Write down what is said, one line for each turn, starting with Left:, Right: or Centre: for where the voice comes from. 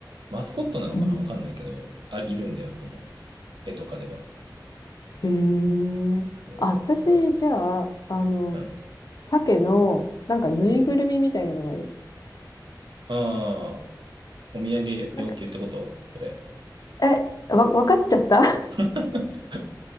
Right: マスコットなのかなわかんないけど、
Left: うん。
Right: あ、いるんだよ、その、絵とかでは。
Left: へえ。
Right: そう。
Left: あ、私、
Right: だか
Left: じゃあ、あの、
Right: ら、うん。
Left: 鮭の、なんかぬいぐるみみたいなのがいい。
Right: ああ、お土産要求ってことそれ。
Left: なんか、え、わ、わかっちゃった <laughs>
Right: <laughs>